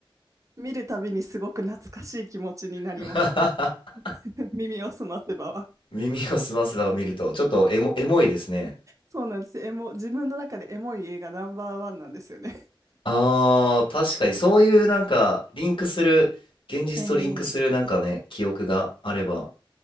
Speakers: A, on the right; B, on the left.
A: 見るたびにすごく懐かしい気持ちになります。
B: <laughs>
A: <laughs> 耳を澄ませばは。
B: 耳をすませばを見ると、ちょっとエモ、エモいですね。
A: そうなんです。エモ、自分の中でエモい映画ナンバーワンなんですよね。
B: ああ、確かにそういうなんか、リンクする、現実とリンクするなんかね、
A: ええ
B: 記憶があれば、